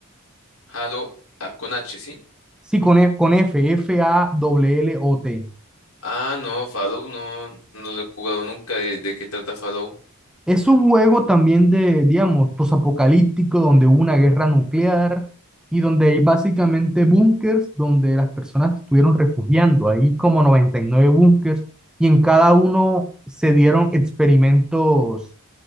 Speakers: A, on the left; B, in the centre.
A: Halo ah, con H, ¿sí?
B: Sí, con, E- con F, F-A-L-L-O-T.
A: Ah, no, Fallout no, no lo he jugado nunca. ¿De, de qué trata Fallout?
B: Es un juego también de, digamos, posapocalíptico, donde hubo una guerra nuclear y donde hay básicamente búnkers donde las personas estuvieron refugiando. Hay como 99 búnkers y en cada uno se dieron experimentos